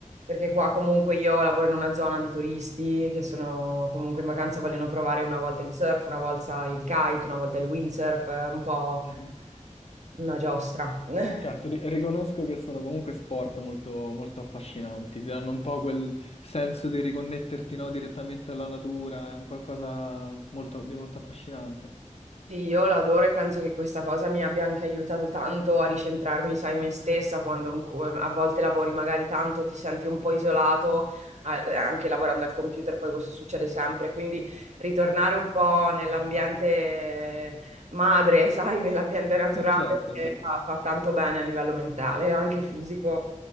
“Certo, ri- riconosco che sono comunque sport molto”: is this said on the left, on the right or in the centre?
Left